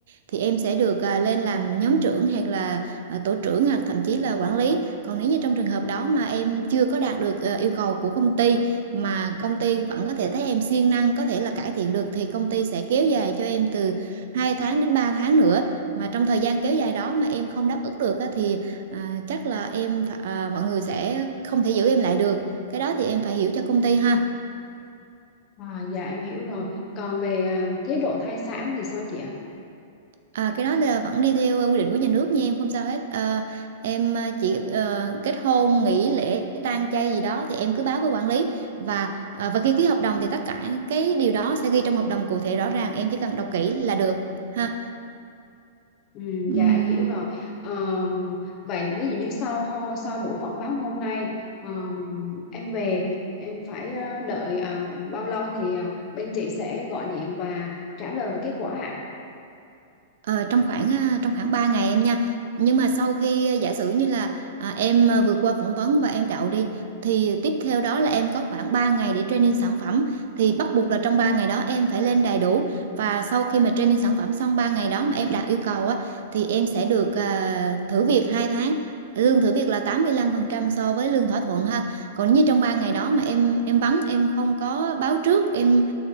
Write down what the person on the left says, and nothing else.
À, dạ em hiểu rồi. Còn về à, chế độ thai sản thì sao chị ạ?
Ừ,
dạ em hiểu rồi. Ờm, vậy ví dụ như sau hô sau buổi phỏng vấn hôm nay ờm, em về em phải ờ, đợi ờ, bao lâu thì ờ, bên chị sẽ gọi điện và trả lời về kết quả ạ?